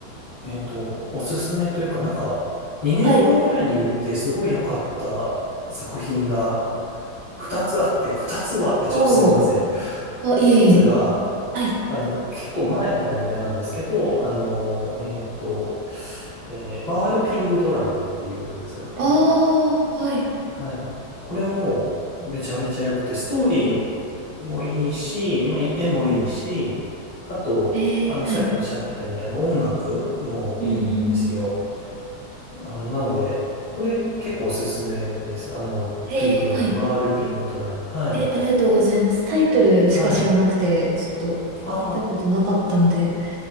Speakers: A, on the left; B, on the right.
A: えっと、おすすめというか、なんか、2年前ぐらいに見てすごい良かった作品が
B: はい。
A: 2つあって、2つもあってちょっとすみません。
B: おー。あ、
A: 一つが、
B: いえいえ。はい。
A: あの、結構前のアニメなんですけど、あの、えっと、えー、回るピングドラムっていう作品。
B: ああ、はい。
A: はい。これもめちゃめちゃ良くて、ストーリーもいいし、まあ、絵もいいし、あと、
B: ええ、
A: あの、
B: はい。
A: さっきおっしゃってたように、あの、音楽もいいんですよ。
B: うんうん。
A: あの、なので、これ結構おすすめです。あの、
B: ええ、
A: ピングドラム、
B: はい。
A: 回るピングドラム。はい。
B: え、ありがとうございます。タイトルしか知らなくて、
A: はい。
B: ちょっと、
A: ああ。
B: 見たことなかったので。